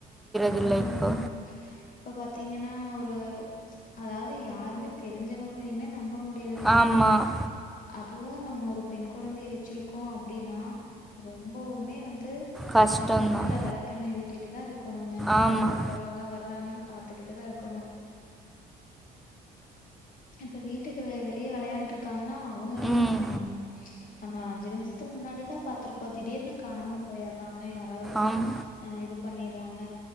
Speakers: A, in the centre; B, on the left.
A: தில்லையிப்ப
B: ம். இப்ப பாத்தீங்கன்னா ஒரு அதாவ்து யாருமே தெரிஞ்சவங்களைமே நம்ப முடியறதில்லைங்க
A: ஆமாம்
B: அதுவு நம்ம ஒரு பெண் கொழந்தய வச்சிருக்கோ அப்டின்னா ரொம்பவுமே வந் து
A: கஷ்டம்தான்
B: கண்ணுல வெளக்கெண்ணய ஊத்திட்டு தா இருக்கணுங்க
A: ஆமாம்
B: எங்க போறாங்க வர்றாங்கனு பாத் துக்கிட்டுதா இருக்கணு இப்ப வீட்டுக்கு வெளிய வெளையான்ட்ருக்காங்கனா அவுங்களே
A: ம்
B: அம் நம்ம அஞ்சு நிம்சத்துக்கு முன்னாடிதா பாத்துருப்போ திடீர்னு காணாம போயர்றாங்க யா ராது
A: ஆமாம்
B: இது பண்ணிர்றாங்க